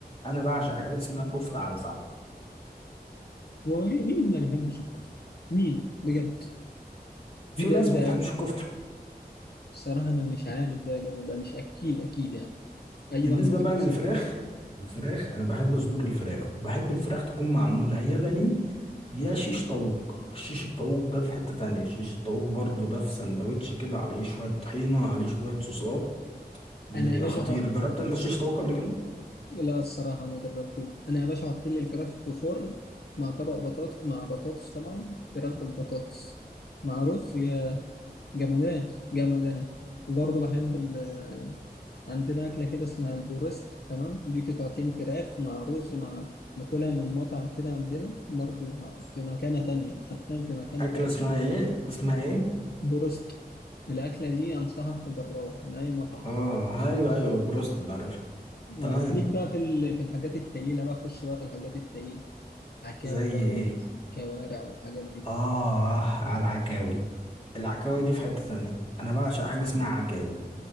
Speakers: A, on the left (about 35°); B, on the left (about 75°).
A: أنا بعشق حاجة اسمها كفتة على الفحم
B: هو مين مين ما بيحبش الكفتة مين بجد
A: في ناس
B: ده ده
A: ما بتحبش الكفتة
B: الصراحة أنا مش عارف ده ده ده مش أكيل أكيد يعني أي
A: بالنسبة
B: واحد ما يحبش
A: بقى للفراخ
B: ال-
A: الفراخ أنا بحب صدور الفراخ وبحب الفراخ تكون معمولة يا بني يا شيش طاووق الشيش الطاووق ده في حتة تانية الشيش الطاووق برضو ده في سندوتش كده عليه شوية طحينة عليه شوية صوصات بي-
B: أنا يا باشا
A: خطير
B: حط
A: جربت انت شيش طاووق قبل كده
B: لا الصراحة ما جربته أنا يا باشا حط لي الفراخ في فرن مع طبق بطاطس مع بطاطس طبعا فراخ بالبطاطس مع رز يا جمادات جمادات وبرضه بحب ال عندنا أكلة كده اسمها البروست تمام دي قطعتين فراخ مع رز مع باكلها من مطعم كده عندنا برضه في مكانة تانية حرفيا في مكانة
A: اكله
B: تانية
A: اسمها ايه اسمها ايه
B: بروست الأكلة دي أنصحك تجربها من أي مطعم
A: اه ايوه ايوه بروست ده عارف
B: آه،
A: تمام
B: ليك بقى في ال- في الحاجات التقيلة بقى خش بقى في الحاجات التقيلة عكاوي
A: زي
B: بقى
A: ايه
B: وكوارع والحاجات دي
A: اه على العكاوي العكاوي دي في حته تانية انا بعشق حاجه اسمها عكاوي